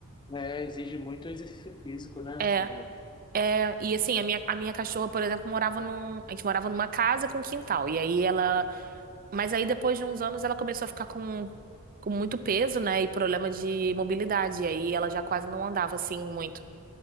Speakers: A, on the left; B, on the right.
A: É, exige muito exercício físico, né?
B: é
A: Do...
B: É, e assim, a minha, a minha cachorra, por exemplo, morava num. A gente morava numa casa com quintal. E aí ela. Mas aí depois de uns anos ela começou a ficar com, com muito peso, né? E problema de mobilidade. E aí ela já quase não andava assim muito.